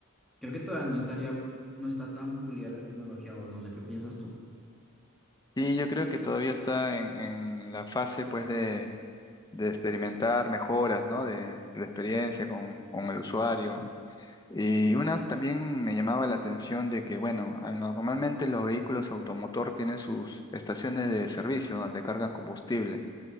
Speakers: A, in the centre; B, on the left.
A: Creo que todavía no estaría, no está tan pulida la tecnología o no sé qué piensas tú.
B: Y yo creo que todavía está en, en la fase, pues, de de experimentar mejoras, ¿no? De, de la experiencia con, con el usuario. Y una también me llamaba la atención de que, bueno, al- normalmente los vehículos automotor tienen sus estaciones de servicio donde cargan combustible,